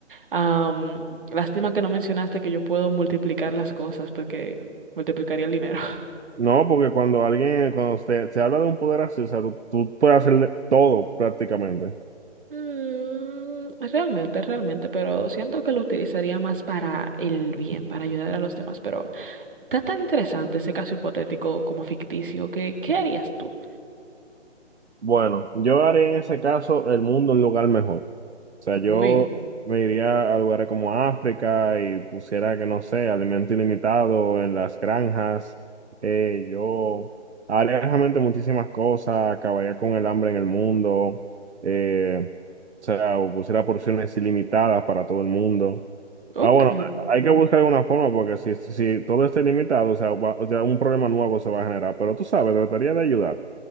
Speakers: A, on the right; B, on the right.
A: Am, lástima que no mencionaste que yo puedo multiplicar las cosas porque multiplicaría el dinero.
B: No, porque cuando alguien, cuando se, se habla de un poder así, o sea, tú, tú puedes hacerle todo prácticamente.
A: Mm, realmente, realmente, pero siento que lo utilizaría más para el bien, para ayudar a los demás. Pero está tan interesante ese caso hipotético como ficticio que, ¿qué harías tú?
B: Bueno, yo haré en ese caso el mundo un lugar mejor. O sea, yo
A: Uy,
B: me iría a lugares como África y pusiera, que no sé, alimento ilimitado en las granjas. Eh, yo haría realmente muchísimas cosas, acabaría con el hambre en el mundo. eh, o sea, o pusiera porciones ilimitadas para todo el mundo.
A: ok,
B: Ah, bueno, hay que buscar alguna forma porque si, si todo está ilimitado, o sea, va- o sea, un problema nuevo se va a generar. Pero tú sabes, trataría de ayudar.